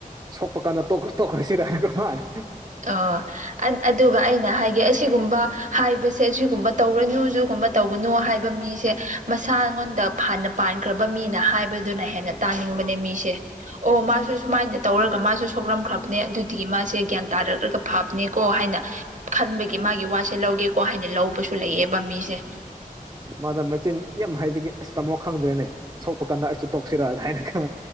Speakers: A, on the right; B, on the right.
A: ꯁꯣꯛꯄ ꯀꯥꯟꯗ ꯇꯣꯛꯈ꯭ꯔꯣ ꯇꯣꯛꯈ꯭ꯔꯦ ꯁꯤ ꯔꯥꯅꯤꯀꯨꯃꯥꯔ
B: ꯑꯣ ꯑꯗꯨꯒ ꯑꯩꯅ ꯍꯥꯏꯒꯦ ꯑꯁꯤꯒꯨꯝꯕ ꯍꯥꯏꯕꯁꯦ ꯑꯁꯤꯒꯨꯝꯕ ꯇꯧꯔꯅꯨ ꯑꯗꯨꯒꯨꯝꯕ ꯇꯧꯒꯅꯨ ꯍꯥꯏꯕ ꯃꯤꯁꯦ ꯃꯁꯥꯉꯣꯟꯗ ꯐꯥꯟꯅ ꯄꯥꯟꯈ꯭ꯔꯕ ꯃꯤꯅꯤ ꯍꯥꯏꯕꯗꯨꯅ ꯍꯦꯟꯅ ꯇꯥꯅꯤꯡꯕꯅꯦ ꯃꯤꯁꯦ ꯑꯣ ꯃꯥꯁꯨ ꯁꯨꯃꯥꯏꯅ ꯇꯧꯔꯒ ꯃꯥꯁꯨ ꯁꯣꯛꯂꯝꯈ꯭ꯔꯕꯅꯦ ꯑꯗꯨꯗꯒꯤ ꯃꯥꯁꯦ ꯒ꯭ꯌꯥꯟ ꯇꯥꯔꯛꯂꯒ ꯐꯥꯞꯅꯦꯀꯣ ꯍꯥꯏꯅ ꯈꯟꯕꯒꯤ ꯃꯥꯒꯤ ꯋꯥꯁꯦ ꯂꯧꯒꯦꯀꯣ ꯍꯥꯏꯅ ꯂꯧꯕꯁꯨ ꯂꯩꯌꯦꯦꯕ ꯃꯤꯁꯦ <inaudible>
A: ꯃꯥꯗ ꯃꯆꯤꯟ ꯌꯥꯝ ꯍꯥꯏꯕꯒꯤ ꯑꯁ ꯇꯥꯃꯣ ꯈꯪꯗ꯭ꯔꯦꯅꯦ ꯁꯣꯛꯄ ꯀꯥꯟꯗ ꯑꯩꯁꯨ ꯇꯣꯛꯁꯤꯔ ꯍꯥꯏꯅ ꯈ